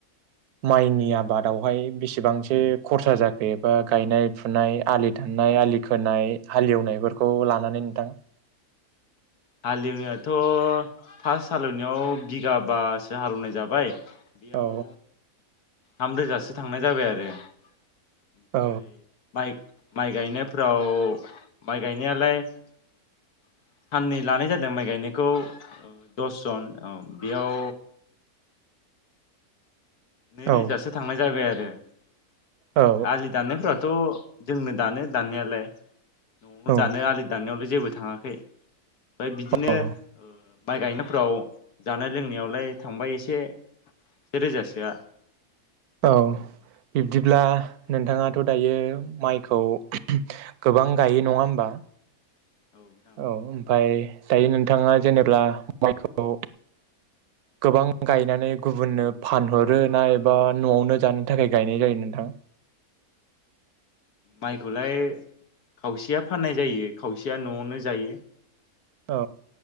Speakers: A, on the right; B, on the left.
A: माइनि आबादावहाय बेसेबांसो खरसा जाखो एबा गायनाय फुनाय आलि दाननाय आलि खोनाय हालेवनायफोरखौ लानानै नोंथां?
B: हालेवनायाथ' फार्स्ट हालेवनायाव बिगाबासो हालेवनाय जाबाय बेयाव
A: औ
B: थामरोजासो थांनाय जाबाय आरो। ओमफाय
A: औ
B: बाइक माइ गायनायफ्राव माइ गायनायालाय साननै लानाय जादों माइ गायनायखौ दसजन औ बेयाव नैरोजासो
A: औ
B: थांनाय जाबाय आरो। दे।
A: औ
B: आलि दाननायफथ' जोंनो दानो दाननायालाय। न'आवनो
A: औ
B: दानो आलि दाननायावलाय जेबो थाङाखै। ओमफाय बिदिनो
A: औ
B: ओ माइ गायनायफ्राव जानाय लोंनायावलाय थांबाय एसे से रोजासोआ।
A: औ बिब्दिब्ला
B: औ औ
A: नोंथाङा थ' दायो माइखौ गोबां गायो नङा होमबा?
B: नोंथां
A: औ ओमफाय दायो नोंथाङा जेनेब्ला माइखौ गोबां गायनानै गुबुननो फानहरो ना एबा न'आवनो जानो थाखाय गायनाय जायो नोंथां?
B: माइखौलाय खावसेआ फाननाय जायो खावसेआ न'आवनो जायो।
A: औ।